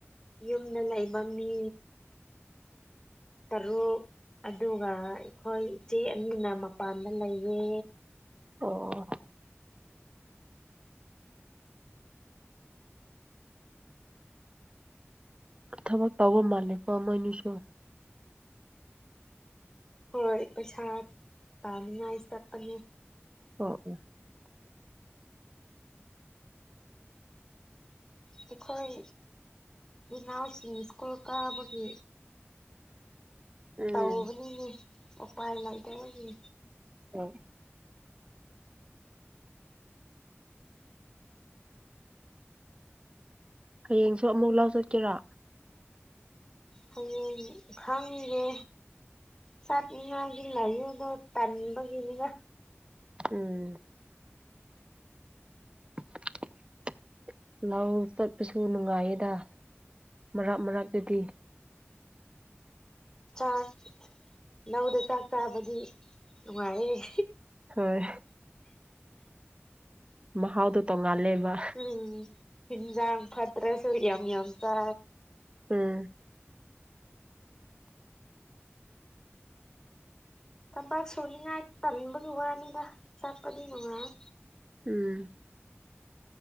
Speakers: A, on the left; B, on the right.
A: ꯌꯨꯝꯗ ꯂꯩꯕ ꯃꯤ ꯇꯔꯨ ꯑꯗꯨꯒ ꯑꯩꯈꯣꯏ ꯏꯆꯦ ꯑꯅꯤꯅ ꯃꯄꯥꯟꯗ ꯂꯩꯑ
B: ꯑꯣ ꯊꯕꯛ ꯇꯧꯕ ꯃꯥꯜꯂꯦꯀꯣ ꯃꯣꯏꯅꯤꯁꯨ
A: ꯍꯣꯏ ꯄꯁꯥꯠ ꯇꯃꯤꯉꯁ ꯇꯄꯅꯤ
B: ꯑꯣ ꯑꯣ
A: ꯑꯩꯈꯣꯏ ꯅꯥꯎꯁꯤꯡ ꯁꯀꯨꯜ ꯀꯥꯕꯒꯤ
B: ꯎꯝ
A: ꯇꯧꯕꯅꯤꯅꯦ ꯎꯄꯥꯏ ꯂꯩꯇꯕꯒꯤ
B: ꯎꯝ ꯍꯌꯦꯡꯁꯨ ꯑꯃꯨꯛ ꯂꯥꯎ ꯆꯠꯀꯦꯔꯥ
A: ꯍꯌꯦꯡ ꯈꯪꯒꯦ ꯆꯠꯅꯤꯡꯉꯥꯏꯒꯤ ꯂꯩꯌꯣꯗꯣ ꯇꯟꯕꯒꯤꯅꯤꯗ
B: ꯎꯝ <unintelligible> ꯂꯧ ꯆꯠꯄꯁꯨ ꯅꯨꯡꯉꯥꯏꯌꯦꯗ ꯃꯔꯛ ꯃꯔꯥꯛꯇꯨꯗꯤ
A: ꯆꯥꯛ ꯂꯧꯗ ꯆꯥꯛ ꯆꯥꯕꯗꯤ ꯅꯨꯡꯉꯥꯏꯌꯦꯦ
B: ꯍꯣꯏ ꯃꯍꯥꯎꯗꯣ ꯇꯣꯡꯉꯥꯜꯂꯦꯕ
A: ꯎꯝ ꯍꯤꯟꯖꯥꯡ ꯐꯠꯇ꯭ꯔꯁ ꯊꯔꯤꯌꯥ ꯑꯃ ꯌꯥꯝ ꯇ
B: ꯎꯝ
A: ꯊꯕꯥꯛ ꯁꯨꯅꯤꯡꯉꯥꯏ ꯇꯟꯕꯒꯤ ꯋꯥꯅꯤꯗ ꯆꯠꯄꯗꯤ ꯅꯨꯡꯉꯥꯏ
B: ꯎꯝ